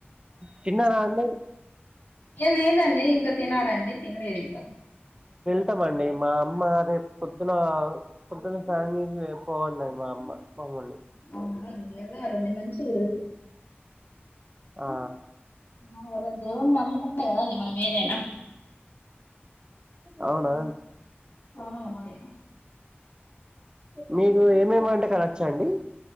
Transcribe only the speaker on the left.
లేద్ లేదండి ఇంకా తినాలండి తినలేదు ఇంకా
అవునా ఎల్లలండి వెళ్తే మంచిది
హా కదా దేవుని నమ్కున్నా కదాండి మన మీరేన
ఆ మరి